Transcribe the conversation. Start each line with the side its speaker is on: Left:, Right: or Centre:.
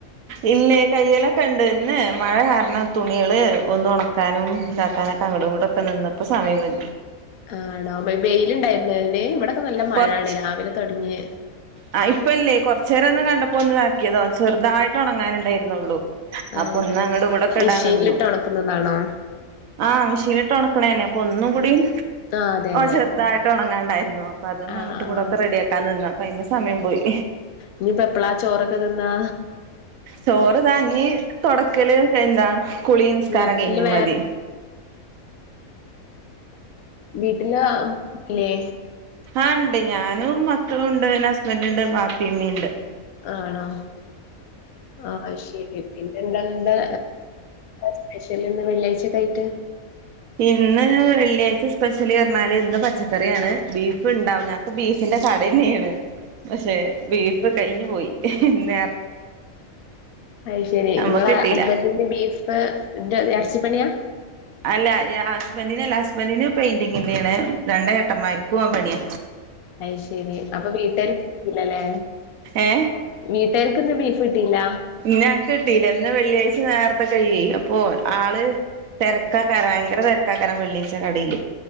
Right: ഇല്ലേ കയ്യലൊക്കെ ഇണ്ട് ഇന്ന് മഴ കാരണം തുണികള് ഒന്നു ഒണക്കാനും ഇതാക്കാനുംക്കെ അങ്ങടും ഇങ്ങടും നിന്നപ്പ സമയം കഴി
Left: ആണോ ബെയിലുണ്ടായിരുന്നെന് ഇവിടെക്കെ നല്ല മഴണ്
Right: കൊറച്ച്
Left: രാവിലെ തെടങ്ങ്യേ
Right: ആ ഇപ്പല്ലേ കൊറച്ചോരം ഒന്ന് കണ്ടപ്പോ ഒന്നാക്കിയതാവും ചെറുതായിട്ട് ഒണങ്ങാനുണ്ടായിരുന്നെള്ളു
Left: അയന്നെ
Right: അപ്പം ഒന്ന് അങ്ങടു ഇങ്ങടുക്കെ
Left: മെഷീനിലിട്ട്
Right: ഇടാൻ നിന്നു
Left: ഒണക്കുന്നതാണോ
Right: ആഹ് മിഷീനിട്ട് ഒണക്ക്ണന്നെ അപ്പന്നു കുടും
Left: ആഹ് അതെ അതെ
Right: ചെറുതായിട്ട് ഒണങ്ങാണ്ടായിരുന്നു അപ്പ അതൊന്ന്
Left: ആഹ്
Right: അങ്ങട്ടു
Left: ആഹ്
Right: ങ്ങടക്കെന്ന് റെഡിയാക്കൻ നിന്ന അപ്പ അയ്മെ സമയം പോയി
Left: ഇനിപ്പോ എപ്പളാ ചോറൊക്കെ തിന്നാ
Right: ചോറ്താ ഞ്ഞി തെടക്കല് എന്താ കുളി നിസ്കാരം
Left: വീട്ടില്
Right: കഴിഞ്ഞാ
Left: വേ
Right: മതി
Left: വീട്ടില് ല്ലേ
Right: ആഹ് ഉണ്ട് ഞാനും മക്കളും ഉണ്ട് എന്റെ ഹസ്ബൻഡ ഉണ്ട് മാപ്പിമ്മുണ്ട്
Left: ആണോ ആഹ് ശരി പിന്നെ എന്താന്താ സ്പെഷ്യല ഇന്ന് വെള്ളിയാഴ്ചക്ക ആയിട്ട്
Right: ഇന്ന് വെള്ളിയാഴ്ച സ്പെഷ്യലി പറഞ്ഞാല് ഇന്ന് പച്ചക്കറിയാണ് ബീഫ് ഉണ്ടാവും ഞ ബീഫിന്റെ കടന്നെയാണ് പക്ഷെ ബീഫ് കഴിഞ്ഞു പോയി നേ
Left: അ ശരി
Right: നമ്മക്ക്
Left: നിങ്ങള
Right: കിട്ടീല്ല
Left: അക്ബത്തിന്റെ ബീഫ് എന്താ ഇറച്ചി പണിയാ
Right: അല്ല ഹസ്ബന്റിനഅല്ല ഹസ്ബന്റിന് പെയിന്റിങ്ങിന്റൊണ് രണ്ട ഏട്ടമ്മാര് ക്കുആ പണിയ
Left: അയ് ശരി അപ്പൊ വീട്ടുകാർക്ക്ല്ലല്ലേ
Right: ഏ
Left: വീട്ടാര്ക്ക് ഇന്ന് ബീഫ് കിട്ടിയില്ല
Right: ഞങ്ങക്ക് കിട്ടില്ല ഇന്ന് വെള്ളിയാഴ്ച നേരത്തെ കഴ അപ്പോ ആള് തിരക്കാക്കാര ഭയങ്കര തിരക്കാക്കാര വെള്ളീച്ച കടയില്